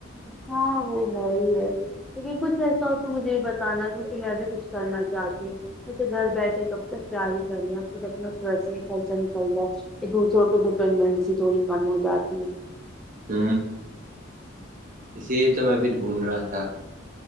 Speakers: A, in the centre; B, on the right.
A: ہاں وہ ہے ہی ہے لیکن کچھ ایسا ہو تو مجھے یہ بتانا کیونکہ میں ابھی کچھ کرنا چاہتی ہوں وسے گھر بیٹھے کب تک پیار ہی کرنا ہے اب ت اپنا فسے خرچہ نکل جائے کہ دوسروں پہ ڈیپینڈینسی تھوڑی کم ہو جاتی ہے
B: تو اسی لیے تو میں بھیھی ڈھونڈ رہا تھا